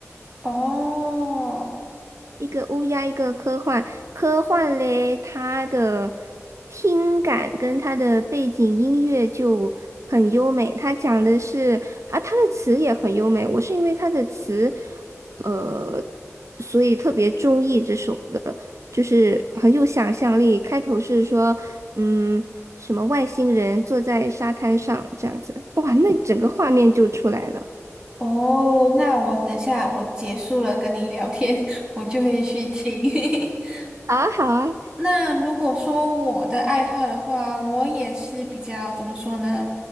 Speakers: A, on the right; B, on the right.
A: <laughs> 哦
B: 一个乌鸦，一个科幻。科幻嘞，它的听感跟它的背景音乐就很优美。它讲的是啊，它的词也很优美。我是因为它的词，呃，所以特别中意这首的，就是很有想象力。开头是说，嗯，什么外星人坐在沙滩上这样子，哇，那整个画面就出来了。
A: 哦，那我等下我结束了跟你聊天，<laughs> 我就会去听。<laughs>
B: 好啊，好啊。
A: 那如果说我的爱好的话，我也是比较怎么说呢？